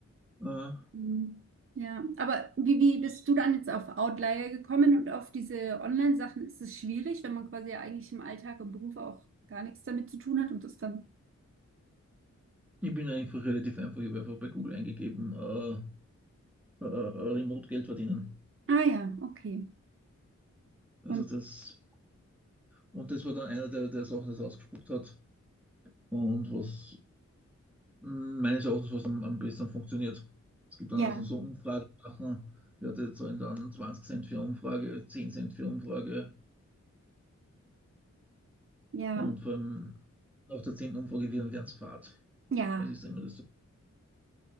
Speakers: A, in the centre; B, on the right (about 45°).
A: Äh,
B: Mhm. Ja, aber wie, wie bist du dann jetzt auf Outlier gekommen und auf diese Online-Sachen? Ist es schwierig, wenn man quasi ja eigentlich im Alltag, im Beruf auch gar nichts damit zu tun hat und das dann
A: ich bin einfach relativ einfach, ich habe einfach bei Google eingegeben, äh, äh, äh, Remote Geld verdienen.
B: Ah ja, okay.
A: Also
B: Und
A: das, und das war dann einer, der, der Sachen das ausgespuckt hat und was meines Erachtens was am, am besten funktioniert. Es gibt
B: ja,
A: dann also so Umfragen machen, ja, die zahlen dann 20 Cent für Umfrage, 10 Cent für Umfrage
B: ja,
A: und vor allem nach der zehnten Umfrage werden es fad.
B: ja,
A: Weil es ist immer das,